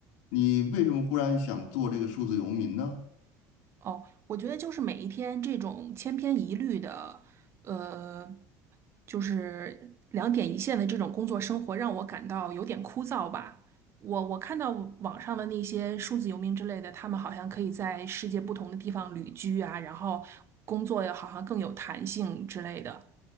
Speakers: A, on the left; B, on the right.
A: 你为什么忽然想做这个数字游民呢？
B: 哦，我觉得就是每一天这种千篇一律的，呃。就是两点一线的这种工作生活让我感到有点枯燥吧。我我看到网上的那些数字游民之类的，他们好像可以在世界不同的地方旅居啊，然后工作也好像更有弹性之类的。